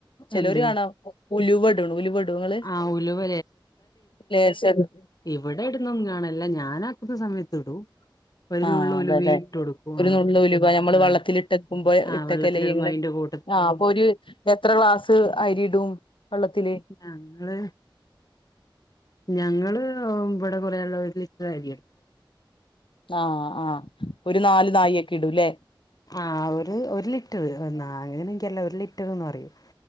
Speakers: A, on the left (about 75°); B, on the left (about 45°).
A: ചെലോര്
B: എന്ത്
A: കാണാ ഉലുവ ഇടുണു ഉലുവ ഇടോ ഇങ്ങള്?
B: ആഹ് ഉലുവ
A: ലേശടും
B: ഇവടെ ഇടുന്നൊന്നും കാണല്ല ഞാന ഇണ്ടാക്കുന്ന സമയത്തിടും ഒരു
A: ആഹ്
B: നുള്ള്
A: അതല്ലേ
B: ഉലുവിം ഇട്ടു കൊടുക്കും
A: ഒരു
B: ആഹ്
A: നുള്ള് ഉലുവ നമ്മള്
B: ആഹ്
A: വള്ളത്തില് ഇട്ടക്കുമ്പോ
B: ആഹ്
A: ഇട്ടക്കല്ലേ
B: വെള്ളത്തിലിടുമ്പോ
A: ഇങ്ങള്
B: അയ്ന്റെ കൂ
A: ആഹ് അപ്പൊ ഒര് എത്ര ക്ലാസ് അരിയിടും വെള്ളത്തില്?
B: ഞ്ഞങ്ങള് ഞങ്ങള് ഇബടെ കൊറേ ആള്ള്ളോണ്ട് ഒര് ലിറ്റർ അരിയെടുക്കും
A: ആഹ് ആഹ് ഒരു നാല് നാഴിയൊക്കെ ഇടൂല്ലേ?
B: ആഹ് ഒര് ഒര് ലിറ്ററ് അത് നാഴി അങ്ങനെ എൻകറീല്ല ഒരു ലിറ്റർന്ന് പറയും